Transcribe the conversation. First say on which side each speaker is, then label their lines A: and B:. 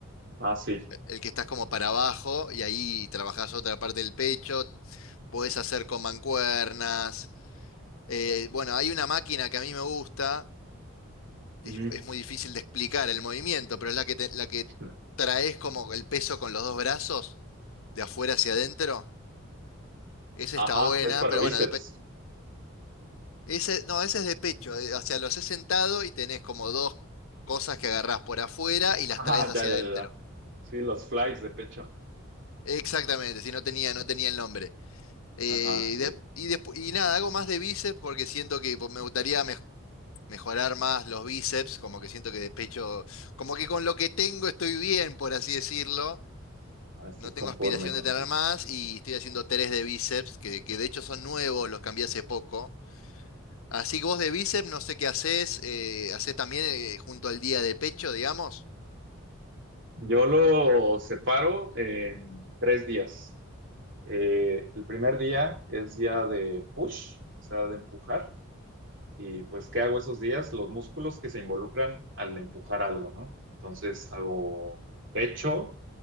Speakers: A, on the right (about 55°); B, on the left (about 80°).
A: Ah, sí.
B: El que estás como para
A: Ujú,
B: abajo y ahí trabajás otra parte del pecho. Podés hacer con mancuernas. eh, bueno, hay una máquina que a mí me gusta. y
A: ujú,
B: Es, es muy difícil de explicar el movimiento, pero es la que, te- la que
A: ujú.
B: traes como el peso con los dos brazos, de afuera hacia adentro. Esa está
A: Ajá,
B: buena,
A: que es para
B: pero
A: bíceps.
B: bueno, Ese, no, ese es de pecho. eh, O sea, lo haces sentado y tenés como dos cosas que agarrás por afuera y
A: Ah,
B: las traes hacia
A: ya, ya,
B: adentro.
A: ya, ya. Sí, los flies de pecho.
B: Exactamente, si no tenía, no tenía el nombre. Eh,
A: Ajá, sí.
B: y, de- y despu- y nada, hago más de bíceps porque siento que pues, me gustaría mej- mejorar más los bíceps, como que siento que de pecho, como que con lo que tengo estoy bien, por así decirlo.
A: Ah, estás
B: No tengo
A: conforme
B: aspiración
A: con
B: de tener
A: lo que tienes.
B: más y estoy haciendo tres de bíceps, que, que de hecho son nuevos, los cambié hace poco. Así que vos de bíceps, no sé qué haces, eh, haces también eh, junto al día de pecho, digamos.
A: Yo lo separo en tres días. Eh, el primer día es día de push, o sea, de empujar. Y pues, ¿qué hago esos días? Los músculos que se involucran al empujar algo, ¿no? Entonces, hago pecho,